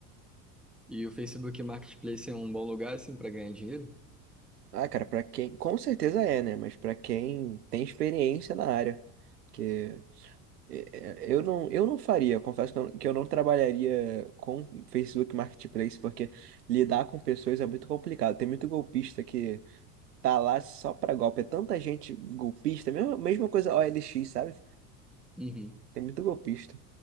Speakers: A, in the centre; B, on the right.
A: E o Facebook Marketplace é um bom lugar, assim, pra ganhar dinheiro?
B: Ah, cara, pra quem... Com certeza é, né? Mas pra quem tem experiência na área. Porque É, é, Eu não, eu não faria, confesso que eu, que eu não trabalharia com Facebook Marketplace, porque lidar com pessoas é muito complicado. Tem muito golpista que tá lá só pra golpe. É tanta gente golpista, mesma, mesma coisa o OLX, sabe?
A: Uhum.
B: Tem muito golpista.